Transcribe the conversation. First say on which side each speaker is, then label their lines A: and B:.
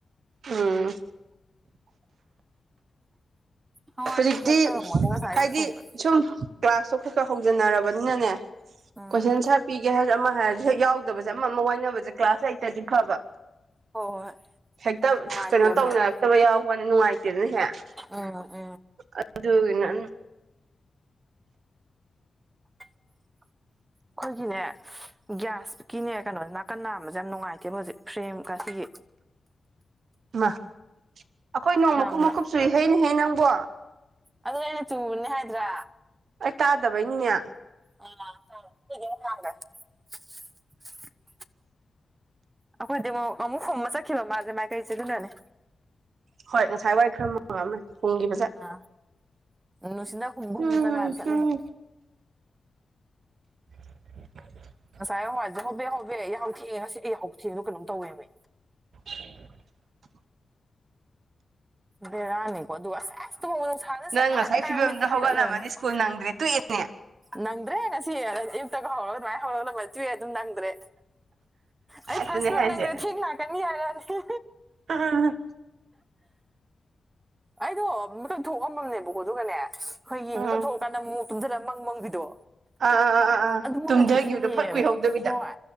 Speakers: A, on the right (about 90°); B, on the right (about 30°).
A: ꯎꯝ
B: ꯍꯋꯥꯢꯁꯦ
A: ꯍꯧꯖꯤꯛꯇꯤ
B: ꯀꯦꯝ ꯇꯧꯔꯝꯃꯣꯢ ꯉꯁꯥꯢ
A: ꯍꯥꯏꯗꯤ
B: ꯊꯣꯡꯕꯅꯦ
A: ꯁꯨꯝ ꯀ꯭ꯂꯥꯁꯇꯣ ꯈꯔ ꯈꯔ ꯍꯧꯖꯟꯅꯔꯕꯅꯤꯅꯅꯦ
B: ꯎꯝ
A: ꯀꯣꯏꯁꯟ ꯁꯥꯔ ꯄꯤꯒꯦ ꯍꯥꯏꯔ ꯑꯃ ꯍꯥꯏꯔꯁꯨ ꯍꯦꯛ ꯌꯥꯎꯗꯕꯁꯦ ꯑꯃ ꯑꯃ ꯋꯥꯅꯕꯁꯦ ꯀ꯭ꯂꯥꯁ ꯂꯩꯇꯔꯗꯤ ꯐꯕ
B: ꯍꯣꯏ ꯍꯣꯏ
A: ꯍꯦꯛꯇ
B: ꯅꯨꯡꯉꯥꯏꯇꯦꯕ
A: ꯀꯩꯅꯣ ꯇꯧꯅꯔꯛꯇꯕ
B: ꯍꯦꯛ
A: ꯌꯥꯎꯕꯅ ꯅꯨꯡꯉꯥꯏꯇꯦ ꯑꯗꯨꯅ ꯍꯦꯛ
B: ꯎꯝ ꯎꯝ
A: ꯑꯗꯨꯅ
B: ꯑꯩꯈꯣꯏꯒꯤꯅꯦ ꯒ꯭ꯌꯥꯁꯀꯤꯅꯦ ꯀꯩꯅꯣꯁꯦ ꯅꯥꯀꯟ ꯅꯥꯝꯃꯁꯦ ꯌꯥꯝ ꯅꯨꯡꯉꯥꯏꯇꯦꯕ ꯍꯧꯖꯤꯛ ꯐ꯭ꯔꯦꯝꯒꯁꯤꯒꯤ
A: ꯍꯩꯃꯥ ꯑꯩꯈꯣꯏ ꯅꯣꯡ
B: ꯌꯥꯝꯅ
A: ꯃꯀꯨꯞ ꯃꯀꯨꯞꯁꯨ ꯆꯨꯢꯅꯦ ꯍꯦ ꯅꯪꯀꯣ
B: ꯑꯗꯨꯅꯦ ꯑꯩꯅ ꯆꯨꯕꯅꯦ ꯍꯥꯏꯗ꯭ꯔꯥ
A: ꯇꯥꯗꯕꯩꯅꯤꯅꯦ
B: <inaudible> ꯑꯩꯈꯣꯏꯗꯤ ꯑꯃꯨꯛ ꯑꯃꯨꯛ ꯍꯣꯝꯃ ꯆꯠꯈꯤꯕ ꯃꯥꯁꯦ ꯃꯥꯏ ꯀꯩꯁꯦ ꯑꯗꯨꯅꯅꯦ
A: ꯍꯣꯏ ꯉꯁꯥꯏ ꯋꯥꯔꯤ ꯈꯔ ꯃꯛꯑꯃꯦ ꯄꯨꯡꯒꯤ
B: ꯑ ꯅꯨꯡꯁꯤꯅ ꯈꯨꯝꯕ ꯈꯨꯝꯕ
A: ꯎꯝ
B: ꯖꯒꯥꯗ ꯆꯠꯂꯤꯅꯦ
A: ꯎꯝ <unintelligible>
B: ꯉꯁꯥꯏ ꯍꯋꯥꯏꯁꯦ ꯍꯣꯕꯦ ꯍꯣꯕꯦ ꯑꯩ ꯌꯥꯍꯧꯊꯦꯡꯉꯦ ꯉꯁꯤ ꯑꯩꯍ ꯍ <inaudible> ꯊꯦꯡꯗ ꯀꯩꯅꯣ ꯇꯧꯋꯦꯕꯃꯦ
A: ꯁꯤ <inaudible>
B: ꯕꯔꯥꯅꯤꯀꯣ ꯑꯗꯨ ꯑꯁ <inaudible> ꯐ
A: ꯅꯪ
B: ꯆꯀꯥꯏ
A: ꯉꯁꯥꯏ
B: ꯀꯃꯤ
A: ꯐꯤꯕꯝꯗꯣ ꯍꯧꯒꯠꯂꯝꯃꯅꯤ
B: ꯊꯀꯠ ꯂꯩꯔꯅꯤ
A: ꯁ꯭ꯀꯨꯜ
B: <inaudible>
A: ꯅꯪꯗ꯭ꯔꯦ ꯇꯣꯛꯑꯦꯅꯦ
B: ꯅꯪꯗ꯭ꯔꯦ ꯉꯁꯤ ꯑꯌꯨꯛꯇꯒ ꯍꯧꯔꯒ ꯃꯚꯥꯏ ꯍꯧꯔꯒꯗ ꯑꯗꯦꯃꯥꯢ ꯇꯧꯔꯗꯤ ꯑꯗꯨꯝ ꯅꯪꯗ꯭ꯔꯦ ꯑꯩ
A: ꯑꯗꯨꯅꯦ
B: ꯐꯥꯔꯁ ꯐꯨꯗ
A: ꯍꯥꯏꯁꯦ
B: ꯅꯪꯗꯦ ꯊꯦꯡ ꯂꯥꯛꯀꯅꯤ ꯍꯥꯏꯔꯗꯤ <inaudible>
A: ꯀ <unintelligible>
B: ꯑꯩꯗꯣ ꯃꯀꯛ ꯊꯣꯛꯑꯝꯃꯝꯅꯦꯕꯀꯣ ꯑꯗꯨꯒꯅꯦ ꯑꯩꯈꯣꯏꯒꯤ
A: ꯑꯥ
B: ꯃꯀꯛ ꯊꯣꯛꯑꯀꯥꯟꯗ ꯃꯣꯛ ꯇꯨꯝꯊꯅ ꯃꯪ ꯃꯪꯕꯤꯗꯣ
A: ꯑꯥ ꯑꯥ ꯑꯥ ꯑꯥ
B: ꯑꯗꯨ ꯃꯪ
A: ꯇꯨꯝꯊꯒꯤꯈꯤꯕꯗꯣ
B: ꯂꯩꯊꯣꯛꯈꯤꯕꯅꯦꯃꯤ
A: ꯐꯣꯠ ꯀꯨꯏꯍꯧꯗꯕꯤꯗ
B: ꯍꯣꯏ